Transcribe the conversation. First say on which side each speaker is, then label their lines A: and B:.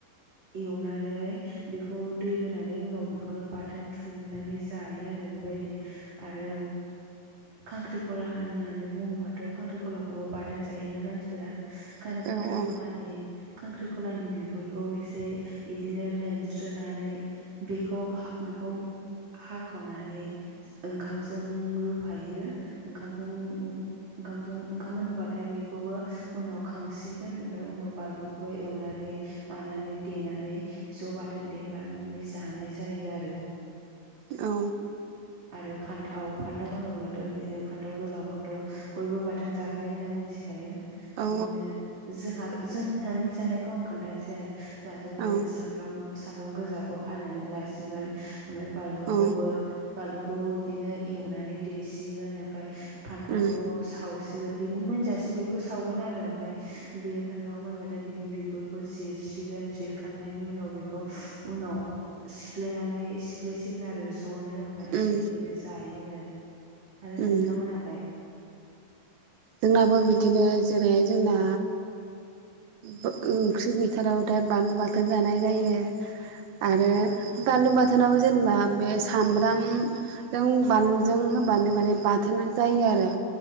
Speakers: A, on the right; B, on the right.
A: एवनानै बेखौ दै होनानै उनाव बेखौनो बाथोन थुग्लि नानै जायो आरो बेबायदि। आरो खाख्रिकला होननानै बुङोबाथ' खांख्रिखलाखौबो बाथोन जायोना मानसिफोरा? खांख्रिखलानि
B: औ
A: खांख्रिखलानि बिगुरखौ एसे बिदिनो लेमस्रोनानै बेखौ बेखौ हाखाव ओंखामजों रुफायो। जों उम ओंखामजों ओंखाम होनबाथाय बेखौबो उनाव खांसिगोन ओमफ्राय उनाव बानलुखौ एवनानै मानानै देनानै ज' बाथोन देनानै जानाय जायो आरो। <inaudible>
B: औ।
A: आरो फान्थाव फान्थाव होनोब्लाथ' बिदिनो फान्थाव फान्थाव गोलावखौथ' बयबो बाथोन जाखायो होनना मिथिखायो।
B: औ
A: बिदिनो जोंहा जों हानि जानायखौ आं खोन्थानोासै आरो जोंहाथ' बिदिनो
B: औ
A: सामब्राम सामब्राम गोजाखौ हानानै ला सिगोन। ओमफ्राय बलुखौबो
B: औ
A: बालुखौ बिदिनो एवनानै देसिगोन ओमफफ्राय फान्थावखौ
B: उम
A: सावसिन सिगोन बिनि मोनजासिम बेखौ सावगोन आरो ओमफफ्राय बे फान्थावआव मोनबाथाय बिनि बिगुरखौ जिरसि सिगोन जिरखांनायनि उनाव बेखौ उनाव सिफ्लेनानै सिफ्लेसिगोन आरो ज'नो। ओमफ्राय
B: उम
A: बिदिनो जायो आरो आरो।
B: उम
A: नोंथांमोनालाय?
B: जोंनाबो बिदिनो जेरैहाय जोंना ब ओंख्रि गैथारावथाया बानलु बाथोन जानाय जायो। आरो बानलु बाथोनाव जेनेबा बे सामब्राम जों बानलुजों होबानो माने बाथोनो जायो आरो।